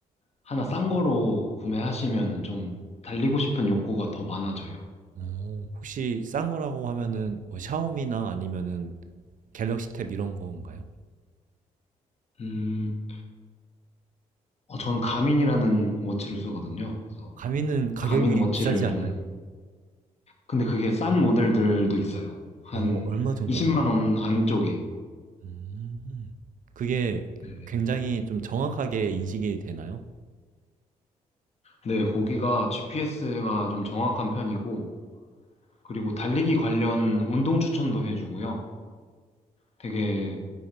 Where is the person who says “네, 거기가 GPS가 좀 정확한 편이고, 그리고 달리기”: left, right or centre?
Left